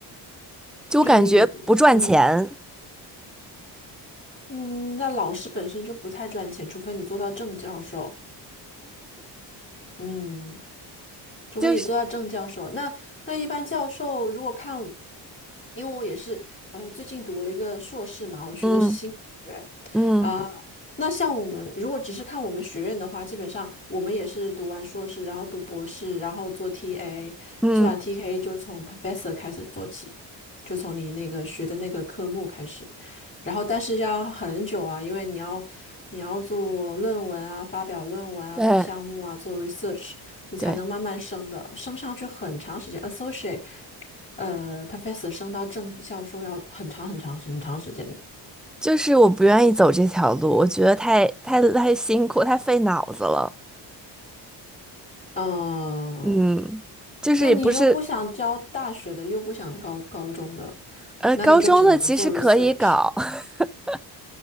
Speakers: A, in the centre; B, on the left (about 25°).
A: 就我感觉不赚钱，
B: 就你，嗯嗯，那老师本身就不太赚钱，除非你做到正教授，嗯，除非你做到正教授。
A: 就是
B: 那那一般教授如果看，因为我也是呃最近读了一个硕士嘛，我学的是心理学。
A: 嗯嗯
B: 啊，那像我们如果只是看我们学院的话，基本上我们也是读完硕士，然后读博士，然后做 TA，
A: 嗯，
B: 做完 TA 就从 professor 开始做起，就从你那个学的那个科目开始，然后但是要很久啊，因为你要你要做论文啊，发表论文啊，
A: 对
B: 做项目啊，做 research，你才能慢慢升的，
A: 对，
B: 升上去很长时间，associate，呃，professor 升到正教授要很长很长很长时间。
A: 就是我不愿意走这条路，我觉得太太太辛苦，太费脑子了。
B: 嗯，
A: 嗯，就是也不是，
B: 那你又不想教大学的，又不想高高中的，
A: 呃，
B: 那你就只能做
A: 高中的其实可以搞，
B: research。
A: <laughs>